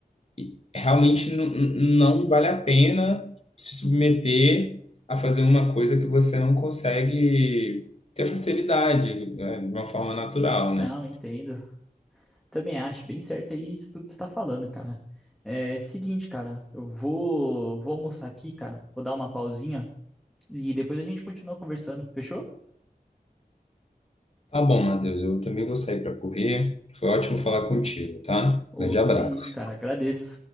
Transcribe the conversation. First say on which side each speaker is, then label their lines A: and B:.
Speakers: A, on the left; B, in the centre.
A: E realmente não, não vale a pena se submeter a fazer uma coisa que você não consegue ter facilidade, né, de uma forma natural,
B: Não,
A: né?
B: entendo. Também acho bem certo aí isso tudo que você tá falando, cara. É seguinte, cara, eu vou, vou almoçar aqui, cara. Vou dar uma pausinha e depois a gente continua conversando. Fechou?
A: Tá bom, Matheus, eu também vou sair para correr. Foi ótimo falar contigo, tá?
B: Ô,
A: Grande abraço.
B: que isso, cara. Agradeço.